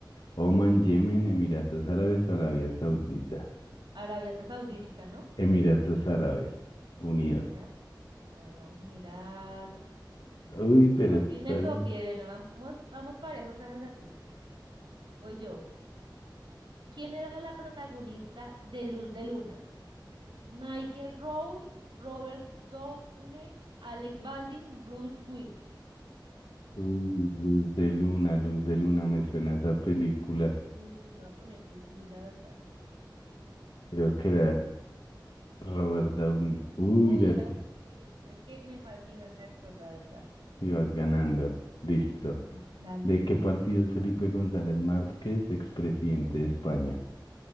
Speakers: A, on the left (about 75°); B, on the right (about 85°).
A: Oman, Yemen, Emiratos Árabes o Arabia Saudita.
B: Arabia Saudita, ¿no?
A: Emiratos Árabes Unidos.
B: Mira, a ver, vamos a mirar.
A: Uy, pero
B: Volví,
A: estás
B: y me copié. Bueno, vamos, vamos parejos, gracias a ti. Voy yo. ¿Quién era la protagonista de Luz de Luna? Michael Rose, Robert Downey, Alec Baldwin, Bruce Willis.
A: Uy, Luz de Luna, Luz de Luna, me suena esa película.
B: Uy, pues yo voy a poner Bruce Willis, la verdad.
A: Creo que era Robert Downey. Uy,
B: Uy,
A: ya
B: era
A: te-
B: Bruce Willis. Es que me fascina ese actor, la verdad.
A: ibas ganando. Listo.
B: Mm, Dale.
A: ¿De qué partido es Felipe González Márquez, expresidente de España?